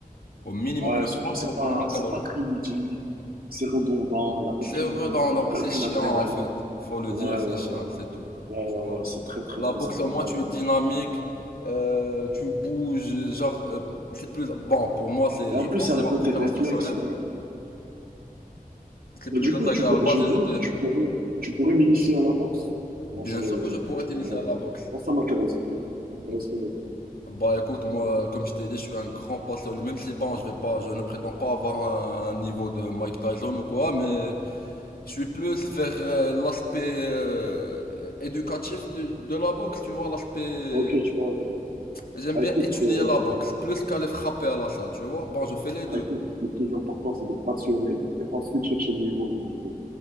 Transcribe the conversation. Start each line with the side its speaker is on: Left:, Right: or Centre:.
Left: Au minimum
Right: ouais,
Left: une heure
Right: surtout,
Left: trente
Right: c'est
Left: pour
Right: pas,
Left: brûler 1000
Right: c'est
Left: calories.
Right: pas très ludique, c'est redondant, il y a aucune,
Left: C'est redondant,
Right: euh, y
Left: c'est
Right: a aucune
Left: chiant
Right: adrénaline.
Left: en fait. Faut le
Right: Ouais,
Left: dire, c'est
Right: ouais,
Left: chiant,
Right: ouais, ouais.
Left: c'est tout.
Right: Ouais,
Left: Tu
Right: ouais,
Left: vois?
Right: ouais, c'est très, très,
Left: La
Right: très
Left: boxe
Right: embêtant.
Left: au moins tu
Right: mais
Left: es
Right: bon.
Left: dynamique, euh, tu bouges, genre euh, c'est plus bon pour moi c'est
Right: Et en
Left: je
Right: plus,
Left: pense
Right: il y
Left: que
Right: a
Left: c'est
Right: le
Left: ma
Right: côté
Left: préférence
Right: réflexe.
Left: personnelle.
Right: ouais.
Left: C'est
Right: Bah,
Left: plus
Right: du
Left: catégorique.
Right: coup, tu peux,
Left: Vas-y,
Right: je me demande,
Left: je t'ai.
Right: tu pourrais, tu pourrais m'initier à la boxe
Left: Bien
Right: quand je,
Left: sûr que je pourrais
Right: je
Left: t'initier
Right: prends la retraite.
Left: à la boxe.
Right: Moi, ça m'intéresserait. Ça m'intéresserait
Left: B-
Right: beaucoup.
Left: Bah écoute, moi, comme je t'ai dit, je suis un grand passionné. Même si, bon, je vais pas, je ne prétends pas avoir un, un niveau de Mike Tyson ou quoi, mais je suis plus vers euh, l'aspect euh, éducatif de, de la boxe, tu vois, l'aspect.
Right: Ok, je vois, je vois.
Left: J'aime
Right: Bah,
Left: bien
Right: écoute,
Left: étudier
Right: euh,
Left: la boxe, plus qu'aller frapper à la salle, tu vois. Bon, je fais les
Right: bah,
Left: deux.
Right: écoute, le plus important, c'est d'être passionné et ensuite chercher le niveau, moi, je trouve.